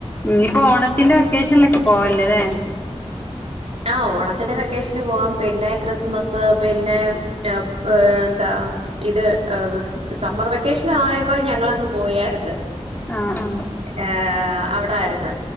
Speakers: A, on the left; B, on the right.
A: ഇഞ്ഞിപ്പൊ ഓണത്തിന്റെ വെക്കേഷനിലൊക്കെ പോവല്ല ലേ
B: ആഹ് ഓണത്തിന്റെ വെക്കേഷന് പോവാം പിന്നെ ക്രിസ്മസ് പിന്നെ ഏഹ് പ് എന്താ ഇത് ഹ് സമ്മർ വെക്കേഷൻ ആയപ്പോ ഞങ്ങളങ്ങ് പോയാര്ന്ന്
A: ആഹ്
B: ഏ അവടാര്ന്ന്